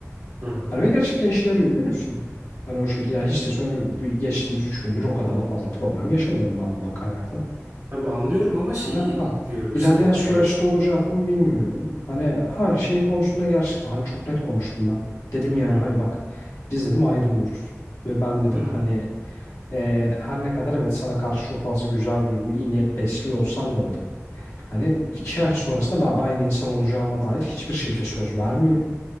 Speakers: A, on the right; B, on the left.
A: hı. hı.
B: Hani ve gerçekten işe yarıyor biliyor musun? Hani o şekilde yani hiç de sonra bir geçtiğimiz 3 gündür o kadar da fazla problem yaşamıyorum ben bundan kaynaklı.
A: Abi anlıyorum ama
B: Hani
A: şeyi
B: ha
A: diyorum
B: ilerleyen
A: işte
B: süreçte
A: yani
B: olacak mı bilmiyorum. Hani ha şey konusunda gerçekten hani çok net konuştum ben. Dedim yani
A: hı hı.
B: hani bak biz dedim ayrılıyoruz. Ve ben dedim
A: Hı hı.
B: hani ee, her ne kadar evet sana karşı çok fazla güzel duygu, iyi niyet besliyor olsam da dedim. Hani iki ay sonrasında ben aynı insan olacağıma dair hiçbir şekilde söz vermiyorum.